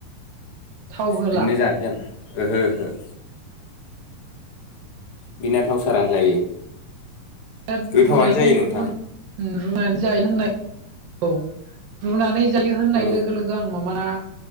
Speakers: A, on the right (about 85°); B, on the left (about 50°).
A: थाव होला
B: बिदिनो जानसै ओमफ्राय ओहो ओहो बिना थाव सारा जायो
A: दा
B: गोथावानो
A: रुनायखौ
B: जायो नोंथां
A: रु रुनानै जायो होननाय औ रुनानै जायो होननाय
B: औ
A: लोगो लोगो गो आं माबा ना